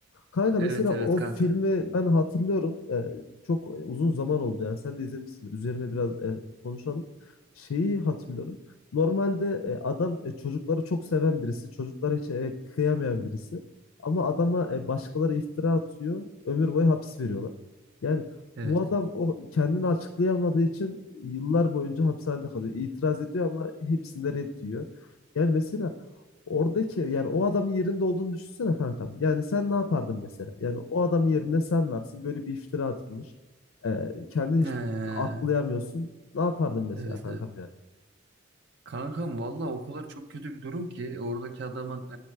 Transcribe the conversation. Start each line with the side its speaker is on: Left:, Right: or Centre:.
Left: Kanka
Right: evet
Left: mesela
Right: evet
Left: o
Right: kanka.
Left: filmi ben hatırlıyorum. Ee, çok e, uzun zaman oldu yani. Sen de izlemişsindir. Üzerine biraz e, konuşalım. Şeyi hatırlıyorum. Normalde e, adam e, çocukları çok seven birisi. Çocuklara hiç e, kıyamayan birisi. Ama adama e, başkaları iftira atıyor. Ömür boyu hapis veriyorlar. Yani
Right: Evet.
Left: bu adam o kendini açıklayamadığı için yıllar boyunca hapishanede kalıyor. İtiraz ediyor ama hepsinde red diyor. Yani mesela Oradaki yani o adamın yerinde olduğunu düşünsene kankam. Yani sen ne yapardın mesela? Yani o adamın yerinde sen varsın. Böyle bir iftira atılmış. Ee, kendini hiçbir
Right: Ee,
Left: türlü aklayamıyorsun. Ne yapardın mesela
Right: evet
Left: kankam
Right: evet.
Left: yani?
Right: Kankam valla o kadar çok kötü bir durum ki oradaki adamın